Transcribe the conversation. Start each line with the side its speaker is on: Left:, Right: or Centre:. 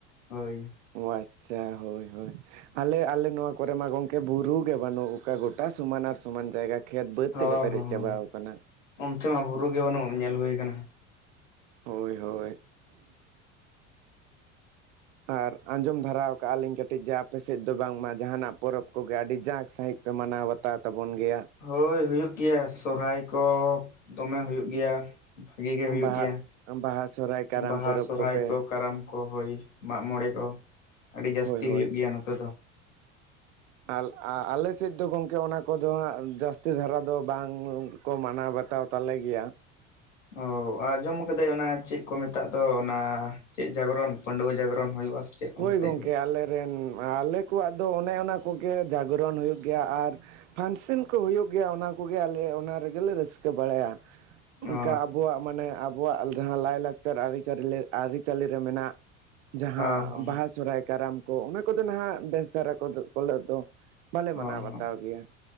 Left: ᱦᱳᱭ
Right: ᱳ ᱟᱪᱪᱷᱟ ᱦᱳᱭ ᱦᱳᱭ᱾ ᱟᱞᱮ ᱟᱞᱮ ᱱᱚᱣᱟ ᱠᱚᱨᱮ ᱢᱟ ᱜᱚᱝᱠᱮ ᱵᱩᱨᱩ ᱜᱮ ᱵᱟᱹᱱᱩᱜ ᱠᱟᱜ ᱜᱚᱴᱟ ᱥᱚᱢᱟᱱ ᱟᱨ ᱥᱚᱢᱟᱱ ᱡᱟᱭᱜᱟ ᱠᱷᱮᱛ ᱵᱟᱹᱫᱽ
Left: ᱦᱚᱸ
Right: ᱛᱮᱜᱮ ᱯᱮᱨᱮᱡ
Left: ᱦᱚᱸ
Right: ᱪᱟᱵᱟᱣ ᱟᱠᱟᱱᱟ᱾
Left: ᱚᱱᱛᱮ ᱢᱟ ᱵᱩᱨᱩ ᱜᱮ ᱵᱟᱱᱩᱜ ᱧᱮᱞ ᱦᱩᱭ ᱠᱟᱱᱟ᱾
Right: ᱦᱳᱭ ᱦᱳᱭ ᱟᱨ ᱟᱸᱡᱚᱢ ᱫᱷᱟᱨᱟᱣ ᱟᱠᱟᱜᱼᱟ ᱞᱤᱧ ᱠᱟᱹᱴᱤᱡ ᱡᱮ ᱟᱯᱮᱥᱮᱫ ᱫᱚ ᱵᱟᱝᱢᱟ ᱡᱟᱦᱟᱱᱟᱜ ᱯᱚᱨᱚᱵᱽ ᱠᱚᱜᱮ ᱟᱹᱰᱤ ᱡᱟᱸᱠ ᱥᱟᱺᱦᱤᱡ ᱯᱮ ᱢᱟᱱᱟᱣ ᱵᱟᱛᱟᱣ ᱛᱟᱵᱚᱱ ᱜᱮᱭᱟ?
Left: ᱦᱳᱭ ᱦᱩᱭᱩᱜ ᱜᱮᱭᱟ ᱥᱚᱨᱦᱟᱭ ᱠᱚ ᱫᱚᱢᱮ ᱦᱩᱭᱩᱜ ᱜᱮᱭᱟ᱾ ᱵᱷᱟᱜᱤ ᱜᱮ ᱦᱩᱭᱩᱜ
Right: ᱵᱟᱦᱟ
Left: ᱜᱮᱭᱟ
Right: ᱵᱟᱦᱟ ᱥᱚᱦᱨᱟᱭ ᱠᱟᱨᱟᱢ
Left: ᱵᱟᱦᱟ
Right: ᱯᱚᱨᱚᱵᱽ
Left: ᱥᱚᱨᱦᱟᱭ
Right: ᱠᱚᱯᱮ
Left: ᱠᱚ ᱠᱟᱨᱟᱢ ᱠᱚ ᱠᱚ ᱦᱳᱭ ᱢᱟᱜ ᱢᱚᱬᱮ ᱠᱚ ᱟᱹᱰᱤ ᱡᱟᱹᱥᱛᱤ
Right: ᱦᱳᱭ ᱦᱳᱭ
Left: ᱦᱩᱭᱩᱜ ᱜᱮᱭᱟ ᱱᱚᱛᱮ ᱫᱚ᱾
Right: ᱟᱞ ᱟᱞᱮ ᱥᱮᱫ ᱫᱚ ᱜᱚᱝᱠᱮ ᱚᱱᱟ ᱠᱚᱫᱚ ᱦᱟᱸᱜ ᱡᱟᱹᱥᱛᱤ ᱫᱷᱟᱨᱟ ᱫᱚ ᱵᱟᱝ ᱠᱚ ᱢᱟᱱᱟᱣ ᱵᱟᱛᱟᱣ ᱛᱟᱞᱮ ᱜᱮᱭᱟ
Left: ᱚᱻ ᱟᱸᱡᱚᱢ ᱠᱟᱹᱫᱟᱹᱧ ᱚᱱᱟ ᱪᱮᱫ ᱠᱚ ᱢᱮᱛᱟᱜ ᱫᱚ ᱚᱱᱟ ᱪᱮᱫ ᱡᱟᱜᱽᱨᱚᱱ ᱯᱟᱺᱰᱩᱣᱟᱹ ᱡᱟᱜᱽᱨᱚᱱ ᱦᱩᱭᱩᱜᱼᱟ ᱥᱮ ᱪᱮᱫ
Right: ᱦᱳᱭ
Left: ᱚᱱᱛᱮ
Right: ᱜᱚᱝᱠᱮ
Left: ᱜᱮ
Right: ᱟᱞᱮᱨᱮᱱ ᱟᱞᱮ ᱠᱚᱣᱟᱜ ᱫᱚ ᱚᱱᱮ ᱚᱱᱟ ᱠᱚᱜᱮ ᱡᱟᱜᱽᱨᱚᱱ ᱦᱩᱭᱩᱜ ᱜᱮᱭᱟ ᱟᱨ ᱯᱷᱟᱱᱥᱮᱱ ᱠᱚ ᱦᱩᱭᱩᱜ ᱜᱮᱭᱟ ᱚᱱᱟ ᱠᱚᱜᱮ ᱟᱞᱮ ᱚᱱᱟ ᱨᱮᱜᱮᱞᱮ ᱨᱟᱹᱥᱠᱟᱹ ᱵᱟᱲᱟᱭᱟ᱾ ᱚᱱᱠᱟ
Left: ᱚ
Right: ᱟᱵᱚᱣᱟᱜ ᱢᱟᱱᱮᱼᱼ ᱟᱵᱚᱣᱟᱜ ᱡᱟᱦᱟᱸ ᱞᱟᱭ ᱞᱟᱠᱪᱟᱨ ᱟᱹᱨᱤᱪᱟᱹ ᱟᱹᱨᱤᱪᱟᱹᱞᱤ ᱨᱮ ᱢᱮᱱᱟᱜ ᱡᱟᱦᱟᱸ
Left: ᱦᱚᱸ ᱦᱚᱸ
Right: ᱥᱚᱨᱦᱟᱭ ᱠᱟᱨᱟᱢ ᱠᱚ ᱚᱱᱟ ᱠᱚᱫᱚ ᱱᱟᱦᱟᱜ ᱵᱮᱥ ᱫᱷᱟᱨᱟ ᱠᱚ ᱠᱚᱞ ᱫᱚ ᱵᱟᱞᱮ
Left: ᱦᱚᱸ
Right: ᱢᱟᱱᱟᱣ ᱵᱟᱛᱟᱣ
Left: ᱦᱚᱸ
Right: ᱜᱮᱭᱟ᱾